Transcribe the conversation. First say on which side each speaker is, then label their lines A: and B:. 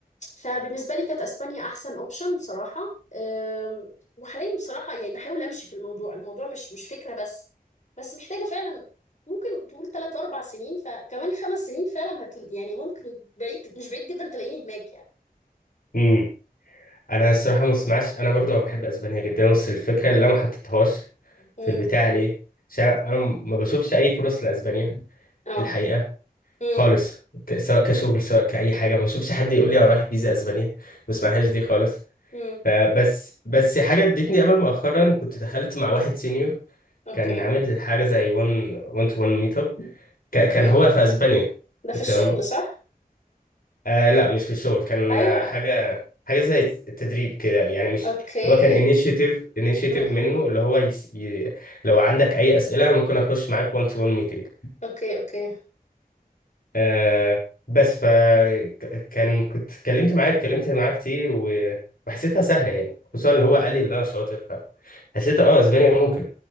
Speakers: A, on the left; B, on the left.
A: فبالنسبة لي كانت أسبانيا أحسن أوبشن بصراحة أم، وحاليا بصراحة يعني بحاول أمشي في الموضوع الموضوع مش مش فكرة بس بس محتاجة فعلا ممكن تقول ثلاث أربع سنين فكمان خمس سنين فعلا هت يعني ممكن بعيد مش بعيد جدا تلاقيني هناك يعني
B: امم انا الصراحه ما اسمعش انا برضو بحب اسبانيا جدا بس الفكره اللي انا ما حطيتهاش
A: امم
B: في البتاع ليه عشان انا ما بشوفش اي فرص لاسبانيا
A: اه
B: الحقيقه
A: امم
B: خالص ك- سواء كشغل سواء كاي حاجه ما بشوفش حد يقول لي انا رايح فيزا اسبانيا ما اسمعهاش دي خالص
A: امم
B: فبس بس حاجه ادتني امل مؤخرا كنت دخلت مع واحد سينيور
A: اوكي
B: كان عامل حاجه زي 1 1 تو 1 ميت اب كان
A: اوكي
B: هو في اسبانيا
A: ده في الشغل
B: تمام
A: صح؟
B: آه لا مش في الشغل كان
A: أيوه
B: آه، حاجة حاجة زي التدريب كده يعني مش
A: اوكي
B: هو كان انيشيتيف انيشيتيف
A: امم
B: منه اللي هو يس... ي... لو عندك أي أسئلة أنا ممكن أخش معاك 1 تو 1 ميتنج
A: اوكي اوكي
B: آه بس ف ك- كان كنت اتكلمت معاه اتكلمت معاه كتير و... وحسيتها سهلة يعني خصوصا اللي هو قال لي إن أنا شاطر فحسيت اه اسبانيا ممكن